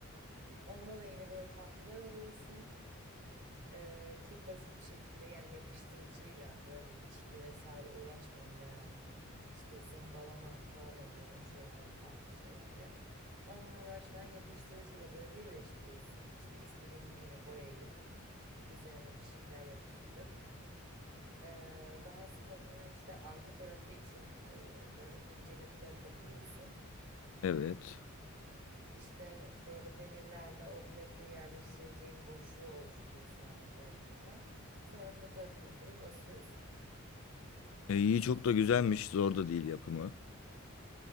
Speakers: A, on the right; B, on the left.
A: Onunla da yine böyle tahtalar alıyorsun. Ee, çok basit bir şekilde yani yapıştırıcıyla böyle çivi vesaire uğraşmadan veya işte zımbalama falan oluyor o şeylerde tahta şeylerde. Onunla uğraşmadan yapıştırıcıyla böyle birleştiriyorsun. İşte istediğin gibi yine boyayıp üzerine bir şeyler yapıştırıp ee, daha sonra işte arka tarafı için ee, böyle ince bir plaka buluyorsun.
B: Evet.
A: İşte böyle demirlerle o plakayı yerleştireceğin boşluğu oluşturuyorsun arka tarafında. Sonra fotoğrafını koyup asıyorsun.
B: E, iyi çok da güzelmiş. Zor da değil yapımı.